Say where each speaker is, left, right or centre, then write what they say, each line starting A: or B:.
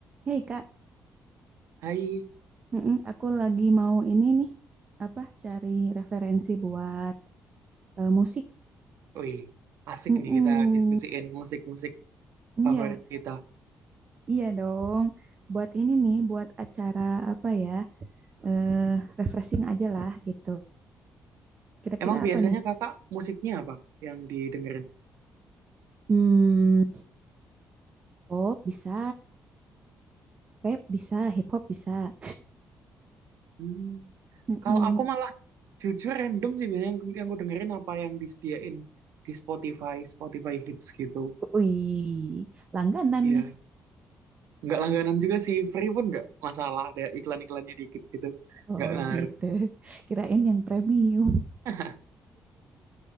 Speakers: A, on the right; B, on the right.
A: Hei Kak,
B: Hai,
A: Mm-mm, aku lagi mau ini nih, apa cari referensi buat eh, musik.
B: wih, asik
A: Mm-mm,
B: nih kita diskusiin musik-musik
A: Iya,
B: favorit kita.
A: iya dong. Buat ini nih, buat acara apa ya, eh refreshing aja lah gitu. Kira-kira
B: Emang biasanya
A: apa nih?
B: kakak musiknya apa yang didengerin?
A: Hmm, pop bisa, rap bisa, hip hop bisa.
B: Hmm,
A: Mm-mm.
B: kalau aku malah jujur random sih biasanya yang, yang aku dengerin apa yang disediain di Spotify, Spotify Hits gitu.
A: Wih, langganan
B: Iya,
A: nih.
B: nggak langganan juga sih, free pun nggak masalah, ada iklan-iklannya dikit gitu,
A: Oh
B: nggak ngaruh.
A: gitu, <laughs> kirain yang premium.
B: <laughs>